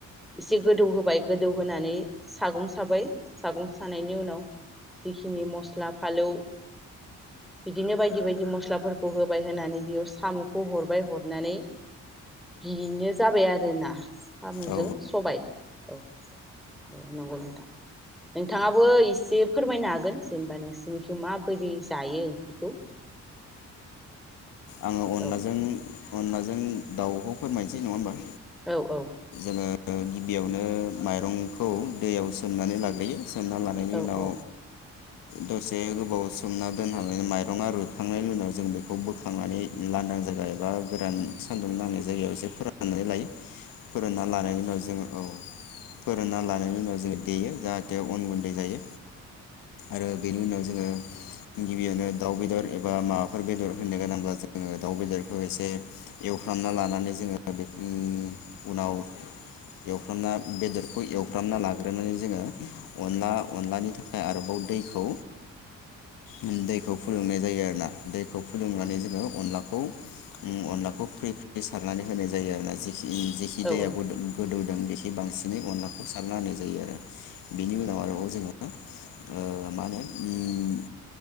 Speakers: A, in the centre; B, on the left.
A: एसे गोदौ होबाय गोदौ होनानै सागं साबाय। सागं सानायनि उनाव जिखिनि मस्ला फालौ बिदिनो बायदि बायदि मस्लाफोरखौ होबाय होनानै बेयाव साम'खौ हरबाय हरनानै बिनो। जाबाय आरोना साम'जों।
B: औ
A: सबाइ औ औ नंगौ नोंथां नोंथाङाबो एसे फोरमायनो हागोन जेनेबा नोंसिनिखै माबोरै जायो ओंख्रिखौ।
B: आङो अनलाजों
A: औ
B: अनलाजों दाउखौ फोरमायनिसै नङा होमबा
A: औ औ
B: ओ गिबियावनो माइरंखौ दैयाव सोमनानै लाग्रोयो सोमना लानायनि
A: औ
B: उनाव
A: औ
B: दसे गोबाव सोमना दोननानै माइरङा रुइखांनायनि उनाव जों बेखौ बोख थांनानै लांदां जायगा एबा गोरान सान्दुं नांनाय जायगायाव एसे फोराननानै लायो फोरानना लानायनि उनाव <unintelligible> फोरानना लानायनि उनाव जोङो देयो जाहाथे अन गुन्दै जायो आरो बेनि उनाव जोङो गिबियावनो दाउ बेदर एबा माबाफोर बेदर होनो गोनां बा जोङो दाउ बेदरखौ एसे एवफ्रामना लानानै जोङो उम उनाव एवफ्रामना बेदरखौ एवफ्रामना लाग्रोनानै जोङो अनला अनलानि थाखाय आरोबाव दैखौ ओम दैखौ फुदुंनाय जायो आरोना दैखौ फुनानै जो ङो अनलाखौ ओम अनलाखौ फ्रि फ्रि सारनानै होनाय जायो आरो ना जेखि जेखि दैआ
A: औ
B: गुदुं गोदौ जों बेखि बांसिनै अनलाखौ सारना होनाय जायो आरो बेनि उनाव आरोबाव जोङो ओ मा होनो ओम